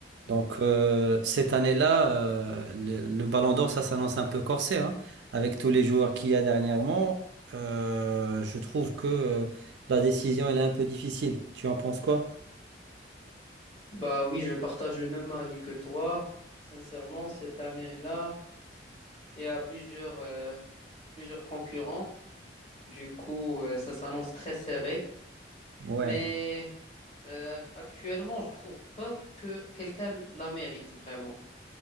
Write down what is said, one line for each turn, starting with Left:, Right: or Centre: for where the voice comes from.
Right: Donc euh, cette année-là, euh, le, le Ballon d'Or, ça s'annonce un peu corsé, hein, avec tous les joueurs qu'il y a dernièrement. euh, je trouve que euh, la décision, elle est un peu difficile. Tu en penses quoi?
Left: Bah oui, je partage le même avis que toi. Sincèrement, cette année-là, il y a plusieurs, euh, plusieurs concurrents. Du coup, euh, ça s'annonce très serré.
Right: Ouais,
Left: Mais euh, actuellement, je trouve pas que quelqu'un la mérite vraiment.